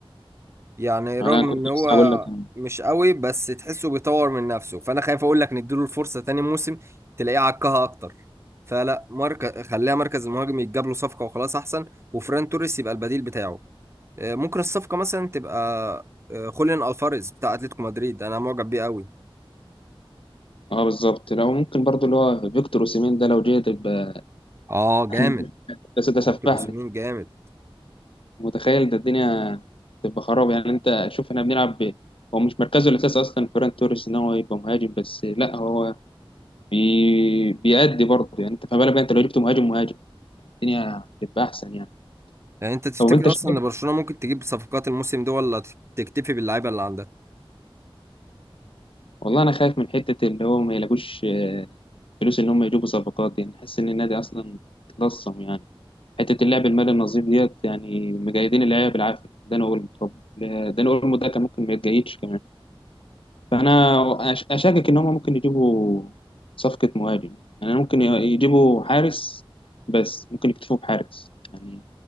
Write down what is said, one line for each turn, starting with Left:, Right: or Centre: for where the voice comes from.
Right: يعني رغم
Left: انا كنت
Right: ان هو
Left: لسه هقول لك أنا.
Right: مش قوي بس تحسه بيطور من نفسه فانا خايف اقول لك نديله الفرصه تاني موسم تلاقيه عكها اكتر فلا مركز خليها مركز المهاجم يتجاب له صفقه وخلاص احسن وفران توريس يبقى البديل بتاعه آه، ممكن الصفقه مثلا تبقى آه، خوليان الفاريز بتاع اتلتيكو مدريد انا معجب بيه قوي
Left: اه بالظبط لو ممكن برضو اللي هو فيكتور اوسيمين ده لو جه تبقى
Right: اه
Left: <laughs>
Right: جامد
Left: يعني بس ده سفاح
Right: دكتور اوسيمين
Left: ده
Right: جامد
Left: متخيل ده الدنيا تبقى خراب يعني انت شوف احنا بنلعب ب... هو مش مركزه الاساسي اصلا فيران توريس ان هو يبقى مهاجم بس لا هو بي... بيأدي برضه يعني انت فما بالك بقى انت لو جبت مهاجم مهاجم الدنيا هتبقى احسن يعني
Right: يعني انت تفتكر
Left: طب انت شايف
Right: اصلا ان برشلونه ممكن تجيب صفقات الموسم ده ولا تكتفي باللعيبه اللي عندها
Left: والله انا خايف من حته اللي هو ما يلاقوش آه، فلوس ان هم يجيبوا صفقات دي نحس ان النادي اصلا اتلصم يعني حته اللعب المالي النظيف ديت يعني مجيدين اللعيبه بالعافيه ده انا اقول طب ده انا اقول ده كان ممكن ما يتجيدش كمان فانا أش- اشكك ان هم ممكن يجيبوا صفقه مهاجم يعني ممكن يجيبوا حارس بس ممكن يكتفوا بحارس يعني